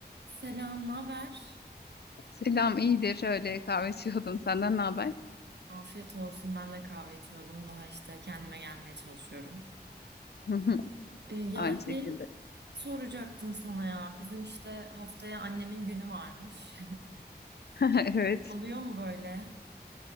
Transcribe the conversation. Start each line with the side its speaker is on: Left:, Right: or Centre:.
Right: Selam, ne haber?
Left: Selam, iyidir. Öyle kahve içiyordum. Senden ne haber?
Right: Afiyet olsun. Ben de kahve içiyordum. Daha işte kendime gelmeye çalışıyorum.
Left: <laughs>
Right: Ee, ya
Left: Aynı şekilde.
Right: şey soracaktım sana ya. Bizim işte haftaya annemin günü varmış.
Left: <laughs> Evet.
Right: <laughs> Oluyor mu böyle?